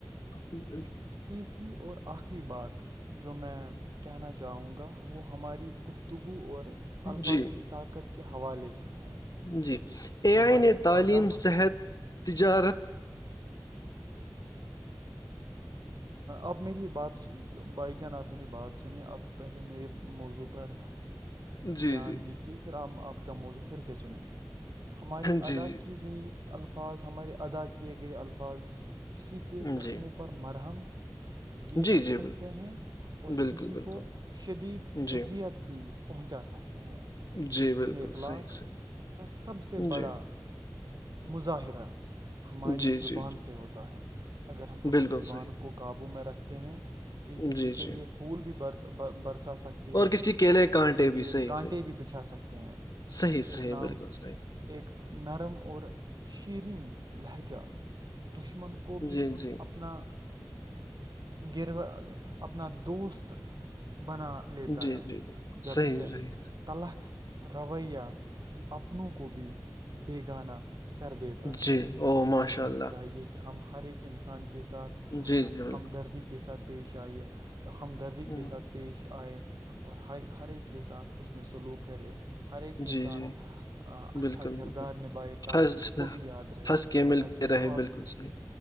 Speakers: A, on the left; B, on the right.
A: <inaudible>
B: تیسری اور آخری بات جو میں کہنا چاہوں گا وہ ہماری گفتگو اور الفاظ
A: جی
B: کی طاقت کے حوالے سے ہیں
A: جی اے
B: ہمارے
A: آئی نے تعلیم
B: ادا
A: صحت تجارت
B: آپ میری بات بھائی جان آپ میری بات سنیے آپ پہلے میرے موضوع پر
A: جی
B: دھیان
A: جی
B: دیجیے پھر آپ آپ کا موضو پھر سے سنیں گے ہماری
A: جی
B: ادا کی گئی الفاظ ہمارے ادا کیے گئے الفاظ کسی کے زخموں
A: جی
B: پر مرہم بھی
A: جی
B: رکھ
A: جی
B: سکتے
A: بل-
B: ہیں اور
A: بالکل
B: کسی
A: بالکل
B: کو شدید
A: جی
B: اذیت بھی پہنچا سکتے ہیں
A: جی
B: حسنی
A: بالکل
B: اخلاق
A: صحیح صحیح
B: کا سب سے
A: جی
B: بڑا مظاہرہ ہماری
A: جی
B: زبان
A: جی
B: سے ہوتا ہے اگر ہم
A: جی
B: اپنی
A: بالکل
B: زبان
A: صحیح
B: کو کاابو میں رکھتے ہیں یہ کسی
A: جی
B: کے
A: جی
B: لیے پھول بھی برس برس سکتی ہے
A: کسی
B: اور
A: کیلے
B: کسی
A: کانٹے
B: کے لیے
A: بھی صحیح
B: کانٹے
A: صحیح
B: بھی بچھا سکتے ہیں
A: صحیح
B: ایک
A: صحیح
B: نام
A: بالکل صحیح
B: ایک نرم اور شیریں لہجہ دشمن کو بھی
A: جی جی
B: اپنا گروا اپنا دوست بنا لیتا
A: جی
B: ہے
A: جی بالکل
B: جبکہ
A: صحیح صحیح
B: تلخ رویہ اپنوں کو بھی بےگانہ کر دیتا ہے
A: جی او
B: اسی
A: ماشاء
B: لیے ہمیں
A: اللہ
B: چاہیے کہ ہم ہر ایک انسان کے ساتھ
A: جی جی بالکل
B: ہمدردی کے ساتھ پیش آئیے ہمدردی کے
A: ہوں،
B: ساتھ پیش آئے اور ہر ہر ایک کے ساتھ حسن سلوک کرے ہر ایک کے
A: جی
B: ساتھ
A: جی
B: اچھا
A: بالکل
B: کردار
A: بالکل
B: نبھائے تاکہ
A: ہنس
B: اس کو بھی یاد رہے
A: ہنس کے مل
B: تاکہ
A: کے
B: وہ
A: رہے
B: آپ
A: بالکل صحی